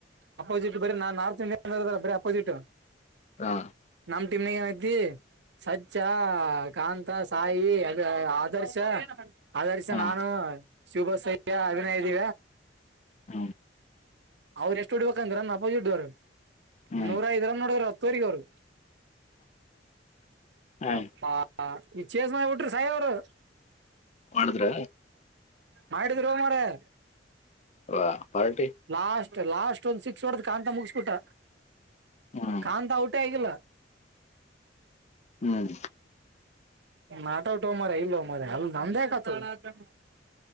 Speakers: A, on the right; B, on the left.
A: ಅಪೋಸಿಟ್ ಬರೀ ನಾ ನಾರ್ತ್ ಇಂಡಿಯಾನ್ದ ಬರೀ ಅಪೋಸಿಟ್
B: ಹಾ
A: ನಮ್ ಟೀಮ್ ಆಡತಿ ಸಚ್ಚ ಕಾಂತ ಸಾಯಿ ಅದ ಆದರ್ಶ ಅರಿಸಸ
B: ಹಾ
A: ನಾನು ಶಿವಭಾಸ್ ಅಯ್ಯ ಅಭಿನಯ ಇದ್ದೀ
B: ಹಾ
A: ಅವ್ರ ಎಷ್ಟು ಹಡ್ಬೇಕಂದ್ರ ನ ಅಪೋಜಿಟ್ ದವರ
B: ಹ್ಮ್
A: ನೂರ ಐದರ ನೋಡರು ಹತ್ತುವರೆಗ ಅವ್ರು
B: ಹ್ಮ್
A: ಯಪ್ಪಾ ಈ ಚೇಸ್ ಮಾಡ ಬಿಟರು ಸಹ ಅವರು
B: ಮಾಡಿದ್ರ
A: ಮಾಡಿದ್ರೋ ಮಾರಯಾ
B: ವಾ ಪಾರ್ಟಿ
A: ಲಾಸ್ಟ್ ಲಾಸ್ಟ್ ಒಂದ್ ಸಿಕ್ಸ್ ಹೊಡ್ದ್ ಕಾಂತ ಮುಗಸ್ಬಿಟ್ಟ
B: ಹ್ಮ್
A: ಕಾಂತಾ ಔಟೇ ಆಗಿಲ್ಲ
B: ಹ್ಮ್
A: ನಾಟ್ ಔಟ್ ಒ ಮಾರಾಯ ಇಲ್ಲ ಮಾರಾಯ ಅಲ್ಲ ನಮ್ದೇ ಯಾಕ ಆತದ